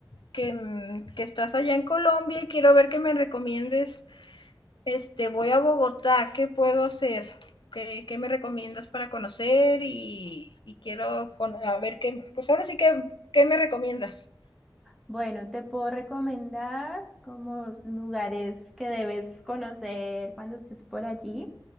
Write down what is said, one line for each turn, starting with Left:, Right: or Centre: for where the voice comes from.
Left: que, mm, que estás allá en Colombia y quiero ver que me recomiendes, este, voy a Bogotá, ¿qué puedo hacer? ¿Qué, qué me recomiendas para conocer? Y, y quiero con- a ver qué, pues ahora sí que, ¿qué me recomiendas?
Centre: Bueno, te puedo recomendar como lugares que debes conocer cuando estés por allí.